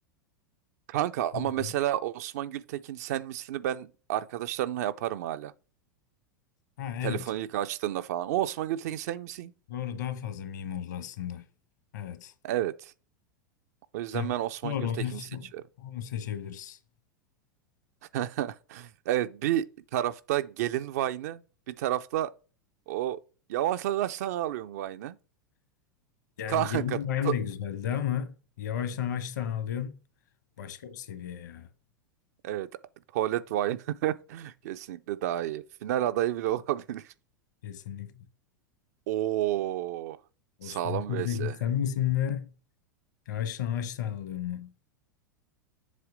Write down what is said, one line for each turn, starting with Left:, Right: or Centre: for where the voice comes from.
Right: Kanka
Left: Bildin.
Right: ama mesela Osman Gültekin sen misini ben arkadaşlarımla yaparım hala.
Left: Ha evet
Right: Telefonu ilk açtığında falan. O Osman Gültekin sen misin?
Left: doğru daha fazla meme oldu aslında. Evet.
Right: Evet. O yüzden
Left: Yani
Right: ben Osman
Left: doğru
Right: Gültekin'i
Left: onu,
Right: seçiyorum.
Left: onu seçebiliriz.
Right: <laughs> Evet bir tarafta gelin Vine'ı bir tarafta o yavaş yavaş sen alıyorsun Vine'ı.
Left: Yani
Right: Kanka
Left: gelin aynı
Right: to-
Left: de güzeldi ama yavaştan kaç tane alıyorsun? Başka bir seviye ya.
Right: Evet, tuvalet wine <laughs> kesinlikle daha iyi. Final adayı bile <laughs> olabilir.
Left: Kesinlikle.
Right: Oo,
Left: Osman
Right: sağlam
Left: Külbek'in
Right: vs.
Left: sen misin be? Yağıştan ağaçtan alıyor mu?